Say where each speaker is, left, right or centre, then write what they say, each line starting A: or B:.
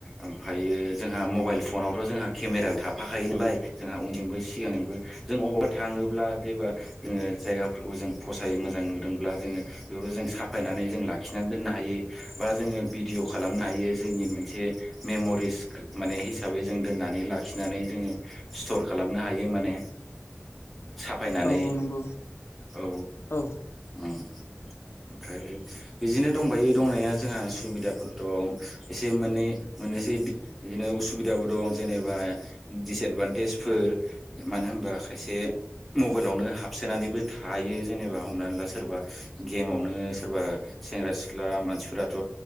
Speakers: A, in the centre; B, on the left (about 80°).
A: ओमफ्रायो जोंहा मबाइल फनावथ' जोंहा केमेरायाव थाफाखायो नालाय जोंहा उनजोंबो सिगांजोंबो जों अबावबा थाङोब्ला जेबा जोङो जायगाफोरखौ जों फसायो मोजां नुदोंब्ला जोङो बेबो जों साफायनानै जों लाखिनानै दोननो हायो बा जोङो भिडिअ खालामनो हायो जोंनि मोनसे मेमरिस माने हिसाब बै जों दोननानै लाखिनानै जोङो स्थर खालामनो हायो माने साफायनानै
B: औ औ नंगौ
A: औ
B: औ
A: उम ओमफ्राय बिदिनो दंबायो दंनाया जोंहा सुबिदाफोर दं एसे मोननै मोननोसै बि बिदिनो असुबिदाबो दं जेनेबा दिसएदभान्टेजफोर मानो होनबा खायसे मबाइलावनो हाबसोनानैबो थायो जेनेबा हमनानै ला सोरबा गेमावनो सोरबा सेंग्रा सिख्ला मानसिफोराथ'